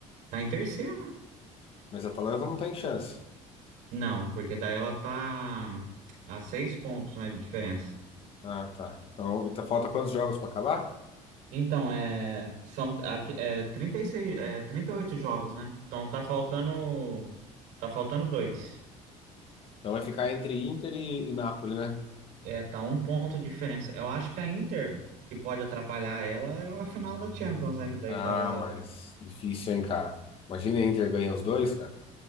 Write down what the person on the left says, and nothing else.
Mas a Atalanta não tem chance.
Ah, tá. Então, tá- falta quantos jogos pra acabar?
Então vai ficar entre Inter e, e Napoli, né?
Ah,
mas difícil, hein, cara. Imagina a Inter ganha os dois, cara.